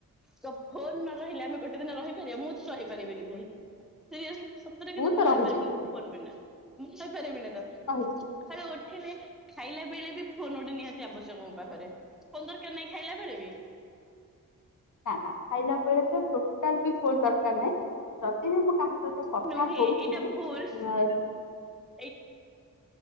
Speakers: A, in the centre; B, on the left.
A: ତ ଫୋନ ନ ରହିଲେ ଆମେ ଗୋଟେ ଦିନ ରହିପାରିବା। ମୁଁ ତ ରହିପାରିବିନି ଭାଇ। ସିରିଏସ୍ଲି ସତରେ କିନ୍ତୁ
B: ତ
A: ମୁଁ ରହିପାରିବିନି
B: ରହିଯିବି
A: ମୋ ଫୋନ ବିନା। ମୁଁ କହିପାରିବିନି ତ।
B: ରହିଛି
A: ସକାଳୁ ଉଠିଲେ, ଖାଇଲା ବେଳେ ବି ଫୋନ ଗୋଟେ ନିହାତି ଆବଶ୍ୟକ ମୋ ପାଖରେ। ଫୋନ୍ ଦରକାର୍ ନାହିଁ ଖାଇଲା ବେଳେ ବି।
B: ନା ନା ଖାଇଲା ବେଳେ ତ ଟୋଟାଲି ଫୋନ୍ ଦରକାର ନାହିଁ। ଯଦି ବି ମୁଁ କାହା ହିତ କଥା
A: ନୁହେଁ
B: ହଉଥିବି
A: ଏଇଟା ଭୁଲ
B: ନା
A: ଏଇ